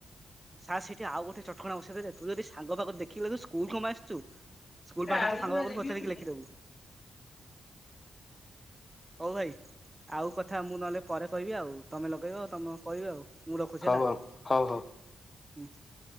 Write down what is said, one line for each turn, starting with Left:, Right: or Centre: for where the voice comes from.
Right: ସାର୍ ସେଠି ଆଉ ଗୋଟେ ଚଟକଣା ବଷଇଦେଲେ ତୁ ଯଦି ସାଙ୍ଗ ପାଖରୁ ଦେଖିକି ଲେଖିବୁ ସ୍କୁଲ କଣ ପାଇଁ ଆସିଛୁ? ସ୍କୁଲ
Left: ଭାଇ
Right: ପାଠ ତ ତୋ ସାଙ୍ଗ ପାଖରୁ ପଚାରି କି ଲେଖିଦବୁ। ହଉ ଭାଇ, ଆଉ କଥା ମୁଁ ନହେଲେ ପରେ କହିବି ଆଉ। ତମେ ଲଗେଇବ ତମେ କହିବ ଆଉ, ମୁଁ ରଖୁଛି
Left: ହଉ
Right: ହେଲା।
Left: ହଉ ହଉ
Right: ହୁଁ।